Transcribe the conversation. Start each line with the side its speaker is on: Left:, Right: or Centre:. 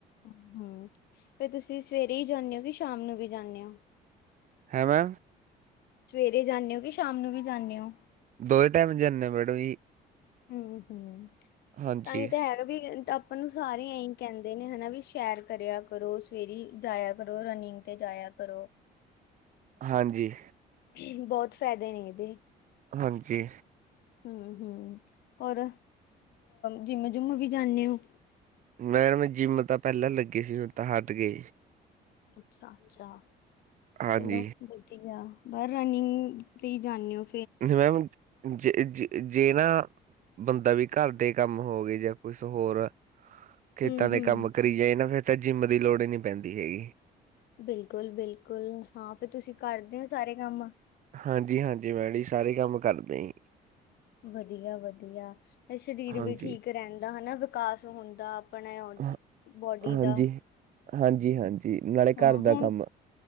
Left: ਹਮ ਫਿਰ ਤੁਸੀਂ ਸਵੇਰੇ ਹੀ ਜਾਂਦੇ ਹੋ ਕਿ ਸ਼ਾਮ ਨੂੰ ਵੀ ਜਾਂਦੇ ਹੋ?
Right: ਹੈਂ ਮੈਮ
Left: ਸਵੇਰੇ ਜਾਂਣੇ ਹੋ ਕਿ ਸ਼ਾਮ ਨੂੰ ਵੀ ਜਾਂਣੇ ਹੋ।
Right: ਦੋਵੇ ਟਾਈਮ ਜਾਂਦੇ ਮੈਡਮ ਜੀ।
Left: ਹੂੰ -ਹੂੰ
Right: ਹਾਂਜੀ
Left: ਤਾਂ ਹੀ ਹੈਗਾ ਵੀ ਮੈਨੂੰ ਸਾਰੇ ਇਹੀ ਕਹਿੰਦੇ ਨੇ ਹਨਾ ਵੀ ਸੈਰ ਕਰਿਆ ਕਰੋ ਸਵੇਰੇ ਈ ਜਾਇਆ ਕਰੋ ਰਨਿੰਗ ਤੇ ਜਾਇਆ ਕਰੋ।
Right: ਹਾਂਜੀ
Left: ਇਹ ਵੀ ਬਹੁਤ ਫਾਇਦੇ ਨੇ ਇਹਦੇ
Right: ਹਾਂਜੀ
Left: ਹੂੰ -ਹੂੰ ਹੋਰ ਜਿੰਮ ਜੁੰਮ ਵੀ ਜਾਂਦੇ ਓ।
Right: ਮੈਮ ਜਿੰਮ ਤਾਂ ਪਹਿਲਾਂ ਲੱਗੇ ਸੀ ਹੁਣ ਤਾਂ ਹਟ ਗਏ।
Left: ਅੱਛਾ -ਅੱਛਾ
Right: ਹਾਂਜੀ
Left: ਚਲੋ ਵਧੀਆ। ਪਰ ਰਨਿੰਗ ਤੇ ਹੀ ਜਾਂਣੇ ਓ।
Right: ਅੱਛਾ ਮੈਮ ਜੇ- ਜੇ- ਜੇ ਨਾ। ਬੰਦਾ ਵੀ ਘਰ ਦੇ ਕੰਮ ਹੋ ਗਏ ਜਾਂ ਕੁਛ ਹੋਰ ਖੇਤਾਂ
Left: ਹੂੰ
Right: ਦੇ
Left: ਹੂੰ
Right: ਕੰਮ ਕਰੀ ਜਾਏ ਨਾ ਫੇਰ ਤਾਂ ਜਿੰਮ ਦੀ ਲੋੜ ਹੀ ਨਹੀਂ ਪੈਂਦੀ ਹੈਗੀ।
Left: ਬਿਲਕੁਲ- ਬਿਲਕੁਲ ਹਾਂ ਫਿਰ ਤੁਸੀਂ ਕਰਦੇ ਹੋ ਸਾਰੇ ਕੰਮ
Right: ਹਾਂਜੀ- ਹਾਂਜੀ ਮੈਡ ਜੀ ਸਾਰੇ ਕੰਮ ਕਰਦੇ ਜੀ
Left: ਵਧੀਆ -ਵਧੀਆ ਤੇ ਸਰੀਰ
Right: ਹਾਂਜੀ।
Left: ਵੀ ਠੀਕ ਰਹਿੰਦਾ ਹਨਾ। ਕਾਸ ਹੁੰਦਾ ਆਪਣੇ ੳਹ
Right: ਹਾਂ
Left: ਬੋਡੀ
Right: ਹਾਂਜੀ,
Left: ਦਾ
Right: ਹਾਂਜੀ-ਹਾਂਜੀ ਨਾਲੇ
Left: ਹੂੰ
Right: ਘਰ ਦਾ
Left: ਹੁਣ
Right: ਕੰਮ